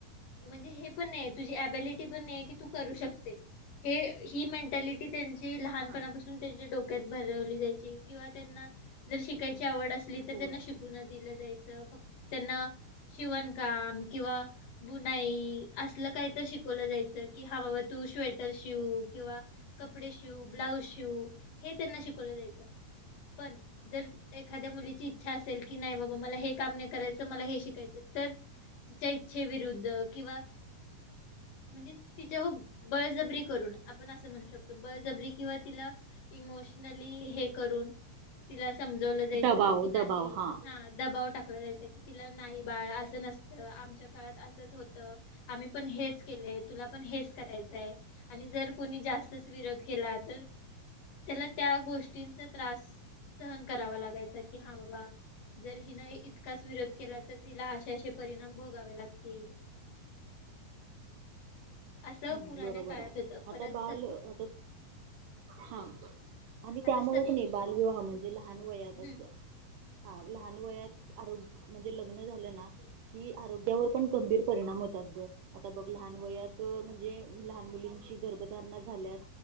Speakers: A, on the left; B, on the right.
A: म्हणजे हे पण नाहिए. तुझी अब्यलिटी पण नाहिए की तू करू शकतेस. ही मेंटॅलिटी- टी त्यांची लहानपणापासून
B: हा
A: त्यांच्या डोक्यात भरवली जायची. किंवा त्यांना जर शिकायची आवड असली तर
B: होय.
A: त्यांना शिकु- नाही दिलं जायचं. फक्त त्यांना शिवणकाम किंवा- बुनाई असल काही तरी शिकवलं जायचं. कि हा बाबा तू श्वेटर शिव किंवा- कपडे शिव, ब्लाऊज शिव हे त्यांना शिकवलं जायचं. पण जर एखाद्या मुलीची इच्छा असेल की नाही बाबा मला हे काम नाही करायचं- त मला हे शिकायचं. तर तिच्या इच्छेविरुद्ध किंवा- म्हणजे तिच्याव- बळजबरी करून आपण असं म्हणू शकतो. बळजबरी किंवा तिला इमोशनली हे- करून तिला समजवलं जायच
B: दबाव
A: की नाही-
B: दबाव हा
A: दबाव टाकला जायचा की तिला नाही बाळ असं नसतं. आमच्या काळात असंच होतं. आम्ही पण हेच केलंय. तुला पण हेच करायचंय. आणि जर कोणी जास्त- च विरोध केला तर त्याला त्या गोष्टींचा त्रास- सहन करावा लागायचा की हा बाबा- जर हिन इतकाच विरोध केला तर, तिला असे असे परिणाम भोगावे लागतील. असं
B: हम्.
A: पुराण्या
B: बरोबर
A: काळात
B: आहे.
A: होतं
B: आता
A: परत
B: बाल
A: सत
B: आता हा. आणि
A: आता
B: त्यामुंळ
A: सती
B: की नाही बालविवाह म्हणजे लहान वयातच-
A: हम्म
B: हा. लहान वयात आरोग्य म्हणजे लग्न झालं ना? कि आरोग्यावर पण गंभीर परिणाम होतात ग! आता बघ लहान वयात- म्हणजे लहान मुलींची गर्भधारणा झाल्यास